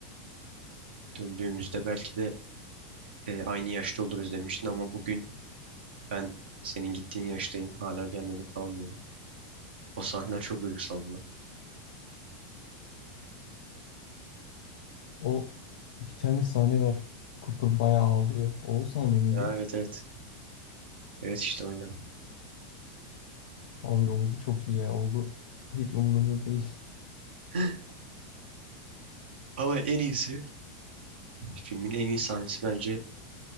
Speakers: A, on the right; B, on the left.
A: Döndüğümüzde belki de eee, aynı yaşta oluruz demiştin ama bugün Ben senin gittiğin yaştayım. Hala gelmedin falan diyordu. O sahneler çok duygusaldı lan.
B: O bir tane sahne var. Cooper bayağı ağlıyor. O, o sahne miydi?
A: Ha, Evet evet. Evet işte oynan.
B: Abi oğlu çok iyi ya. Oğlu hiç umurunda değil. <laughs>
A: <gasps> Ama en iyisi filmin en iyi sahnesi bence